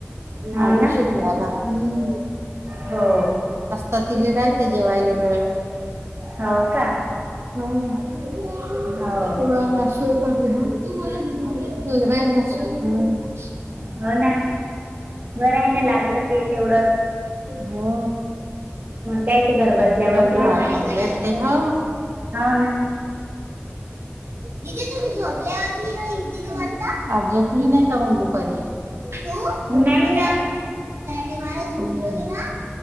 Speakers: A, on the right; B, on the right.
A: हो
B: आज
A: ना
B: उशीर झाला. हमं.
A: हो
B: तर तिले राहते, जेवायला वेळ.
A: हो का?
B: <unintelligible>
A: हो
B: <unintelligible>
A: हो. ना, बरं. हाय ना लागलं ते तेवढंच.
B: हो..
A: काय ते घर बसल्या बसल्या
B: पंधरा हजार भेटते हो.
A: हो ना
B: <unintelligible> आज झोपली नाय का? मग, दुपारी. तू रूम
A: नाही
B: मध्ये
A: ना
B: <unintelligible> मला झोपली होती ना?